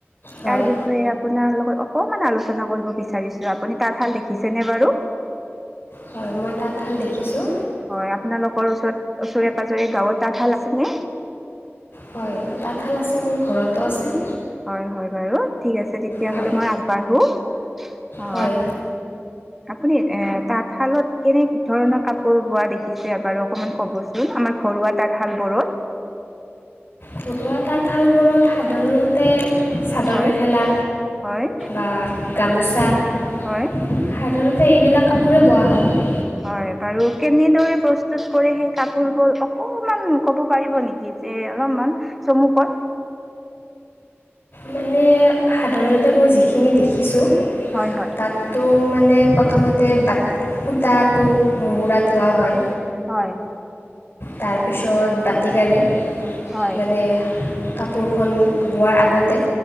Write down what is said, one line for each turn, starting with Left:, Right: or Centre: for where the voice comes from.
Left: হয়
Centre: তাৰ বিষয়ে আপোনাৰ লগত অ মানে আলোচনা কৰিব বিচাৰিছো আপুনি তাঁতশাল দেখিছেনে বাৰু
Left: হয় মই তাঁতশাল দেখিছোঁ
Centre: হয় আপোনালোকৰ ওচৰত ওচৰে পাজৰে গাঁওত তাঁতাল আছে ন
Left: হয় তাঁতশাল আছে মোৰ ঘৰতো আছে
Centre: হয় হয় বাৰু ঠিক আছে তেতিয়াহ'লে
Left: হয়
Centre: মই আগবাঢ়ো অ
Left: হয়
Centre: আপুনি এ তাঁতশালত কেনে ধৰণৰ কাপোৰ বোৱা দেখিছে বাৰু অকণমান ক'বচোন আমাৰ ঘৰুৱা তশাল বৰত
Left: থুৱা তাঁতশাল মোৰত সাধাৰণতে চাদৰ
Centre: হয়
Left: মেখেলা
Centre: হয়
Left: বা গামোচা সাধাৰণতে
Centre: হয়
Left: এইবিলাক কাপোৰে বোৱা হয়
Centre: হয় বাৰু কেনেদৰে প্ৰস্তুত কৰে সেই কাপোৰ বোৰ অকনমান কব পাৰিব নেকি যে অলপমান চমুকৈ
Left: মানে সাধাৰণতে মই যিখিনি দেখিছোঁ
Centre: হয় হয়
Left: তাতো মানে প্ৰথমতে বাট সূতাটো মুহুৰাত লোৱা হয়
Centre: হয়
Left: তাৰপিছত বাতিকাৰে
Centre: হয়
Left: মানে কাপোৰখন বোৱাৰ আগতে